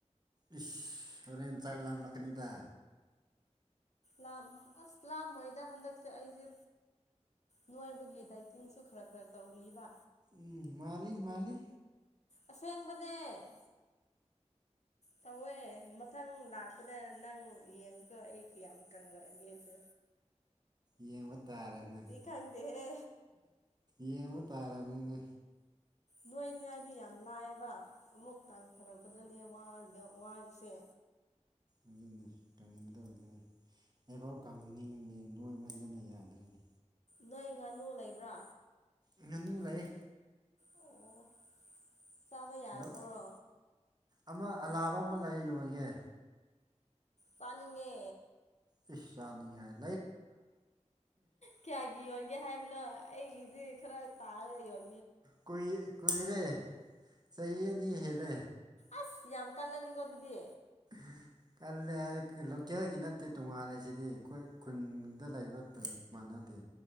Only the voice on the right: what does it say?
ꯏꯁ ꯁꯣꯔꯦꯟ ꯃ ꯆꯥ ꯂ ꯂꯀꯅꯤꯗ
ꯎꯝ ꯃꯥꯜꯂꯤ ꯃꯥꯜꯂꯤ
ꯌꯦꯡꯕ ꯇꯥꯔꯦ ꯅ
ꯌꯦꯡꯕ ꯇꯥꯔꯕꯅꯤꯅ
ꯑꯗꯨ ꯏꯗꯔ ꯑꯩꯐꯥꯎ ꯀꯪꯅꯤꯡꯉꯤꯅꯦ ꯅꯣꯏꯃꯟꯗꯅ ꯌꯥꯗ꯭ꯔꯤꯅꯦ
ꯉꯉ ꯑꯗꯨ ꯂꯩ
ꯑꯗꯣ ꯑꯃ ꯑꯂꯥꯕ ꯑꯃ ꯂꯩ ꯌꯣꯟꯒꯦ
ꯏꯁꯥꯅꯤ ꯍꯥꯏ
ꯀꯨ ꯀꯨꯏꯔꯦ ꯆꯍꯤ ꯑꯅꯤ ꯍꯦꯜꯂꯦ
ꯎꯝ <unintelligible> <inaudible> ꯀꯜꯂꯦ ꯂꯣꯀꯦꯜꯒꯤ ꯅꯠꯇꯦ ꯇꯣꯉꯥꯜꯂꯦ ꯁꯤꯗꯤ ꯑꯩꯈꯣꯏ ꯈꯨꯟꯗ ꯂꯩꯕ ꯃꯥꯟꯅꯗꯦ